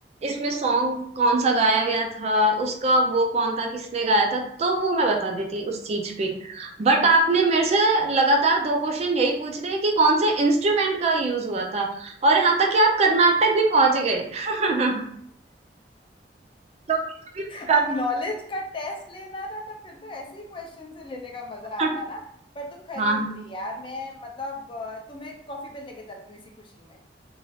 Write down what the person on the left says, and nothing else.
अब नॉलेज का टेस्ट लेना था तो फिर तो ऐसे ही क्वेश्चन से लेने का मजा
आता ना पर तुम खरी
उतरी यार मैं मतलब अ, तुम्हें कॉफी पे लेके चलती हूँ इसी खुशी में